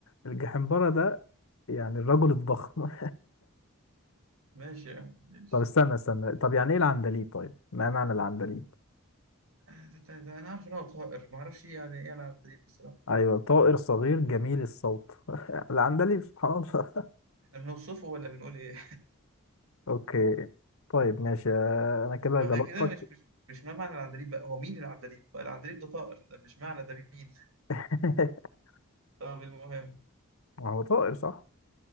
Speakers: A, on the left (about 75°); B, on the right (about 75°).
A: الجحمبارة ده يعني الرجل الضخم <laughs>
B: ماشي يا عم ماشي
A: طب استنى استنى طب يعني ايه العندليب طيب ما معنى العندليب
B: آه، ده- ده- ده أنا عارف إن هو طائر ما أعرفش إيه يعني إيه العندليب بصراحة
A: ايوه طائر صغير جميل الصوت <laughs> العندليب سبحان الله
B: إحنا بنوصفه ولا بنقول إيه
A: اوكي طيب ماشي
B: <laughs>
A: انا كده
B: وإحنا
A: غلطتك
B: كده مش مش مش ما معنى العندليب بقى هو مين العندليب العندليب ده طائر ده مش معنى ده مين
A: <laughs>
B: طب المهم
A: ما هو طائر صح